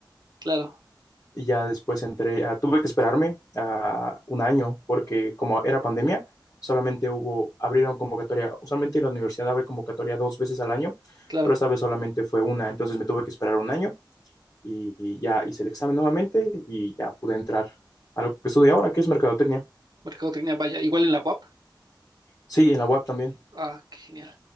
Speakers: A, on the right; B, on the left.
A: claro,
B: Y ya después entré, ah, tuve que esperarme ah, un año porque como era pandemia, solamente hubo, abrieron convocatoria, usualmente la universidad abre convocatoria dos veces al año,
A: claro,
B: pero esta vez solamente fue una, entonces me tuve que esperar un año y, y ya hice el examen nuevamente y ya pude entrar a lo que estudio ahora, que es mercadotecnia.
A: mercadotecnia, vaya, igual en la UAP.
B: Sí, en la UAP también.
A: Ah, qué genial.